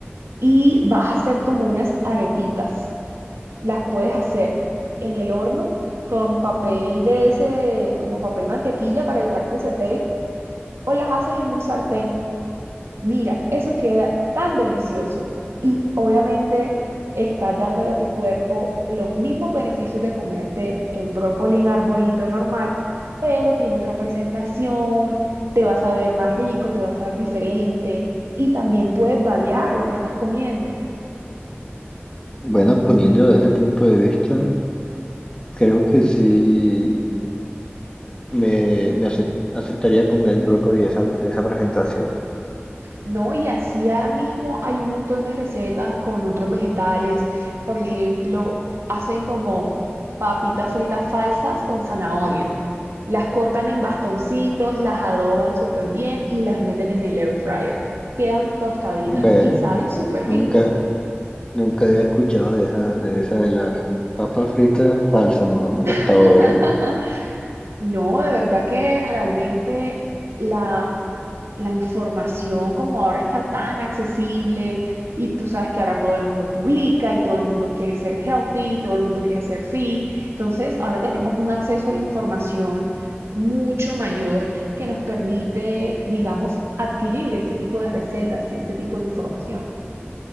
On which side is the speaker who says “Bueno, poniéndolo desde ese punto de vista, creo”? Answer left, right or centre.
Left